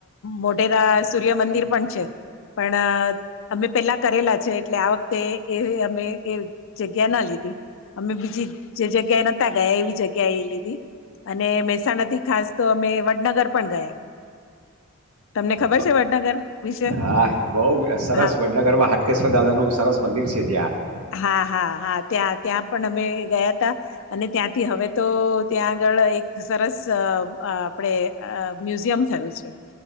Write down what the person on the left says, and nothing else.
મોઢેરા સૂર્યમંદિર પણ છે પણ અમે પેલા કરેલા છે એટલે આ વખતે એ અમે એ જગ્યા ના લીધી અમે બીજી જે જગ્યાએ નહોતા ગયા એવી જગ્યાએ એ લીધી અને મહેસાણાથી ખાસ તો અમે વડનગર પણ ગયા તમને ખબર
છે વડનગર વિશે
હા
હા હા હા ત્યાં ત્યાં પણ અમે ગયા ત અને ત્યાંથી હવે તો ત્યાં ળ એક સરસ આપડે મ્યુઝિયમ થયું છે